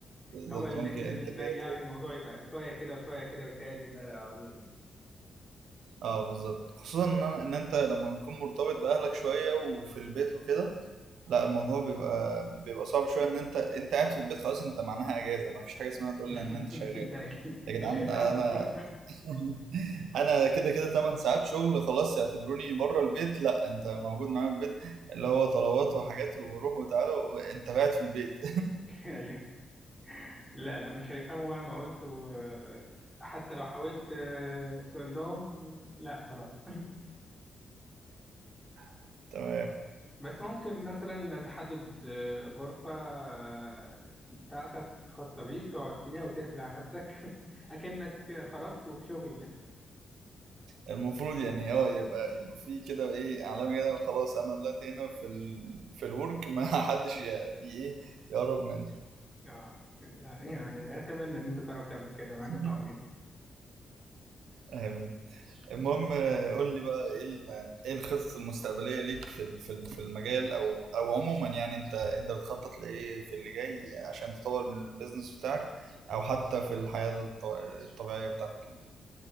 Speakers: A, on the right; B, in the centre.
A: بالظبط
B: هو إن
A: ممكن
B: إن
A: انتاجية
B: يعني
A: تقل.
B: الموضوع يبقى شوية كده وشوية كده بيتهيألي ده عظيم يعني
A: اه بالظبط خصوصا ان أنا- ان انت لما بتكون مرتبط باهلك شويه وفي البيت وكده لا الموضوع بيبقى بيبقى صعب شويه ان انت انت قاعد في البيت خلاص انت معناها اجازه ما فيش حاجه اسمها تقول
B: <laughs>
A: لي ان انت شغال
B: ده أكيد
A: يا جدعان
B: مش هيفهموا
A: انا
B: <laughs>
A: <laughs> انا كده كده 8 ساعات شغل خلاص اعتبروني بره البيت لا انت موجود معايا في البيت اللي هو طلبات وحاجات وروح وتعالى وانت قاعد في البيت
B: أيوه لا لا مش هيفهموا مهما قلت و- حتى لو حاولت آه، تقول لهم لا خلاص
A: <laughs> تمام
B: بس ممكن مثلا تحدد آه، غرفة آه، بتاعتك خاصة بيك تقعد فيها وتقفل على نفسك <laughs> أكنك خرجت وفي شغل
A: المفروض يعني اه يبقى يبقى في كده ايه علامة كده خلاص انا دلوقتي هنا في ال... في الورك ما حدش يعني ايه يقرب مني
B: آه لا، يعني أتمنى إن أنت تعرف تعمل كده مع إنه
A: <laughs>
B: صعب جدا
A: امين المهم آه، قول لي بقى ايه ال... ايه الخطط المستقبلية ليك في ال- في ال- في المجال او او عموما يعني انت انت بتخطط لايه في اللي جاي عشان تطور من البيزنس بتاعك او حتى في الحياة الط... الطبيعية بتاعتك يعني